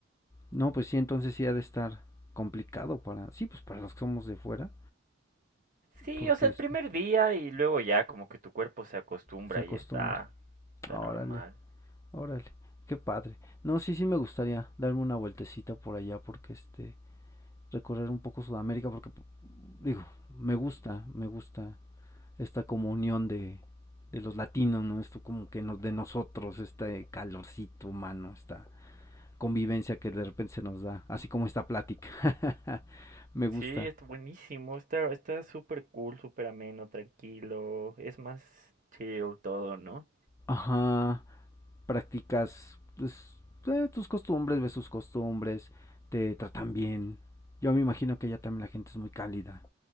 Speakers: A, on the left; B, on the right.
A: No, pues sí, entonces sí ha de estar complicado para, sí, pues para los que somos de fuera,
B: Sí,
A: porque
B: o sea,
A: este,
B: el primer día y luego ya como que tu cuerpo se acostumbra
A: se acostumbra.
B: y está, está
A: Órale,
B: normal.
A: órale, qué padre. No, sí, sí me gustaría darme una vueltecita por allá, porque este, recorrer un poco Sudamérica, porque, digo, me gusta, me gusta esta como unión de, de los latinos, ¿no? Esto como que nos, de nosotros, este calorcito humano, esta convivencia que de repente se nos da, así como esta plática. <laughs> Me gusta.
B: Sí, está buenísimo, está, está súper cool, súper ameno, tranquilo, es más chill todo, ¿no?
A: Ajá, practicas pues, eh, tus costumbres, ves sus costumbres, te tratan bien. Yo me imagino que allá también la gente es muy cálida,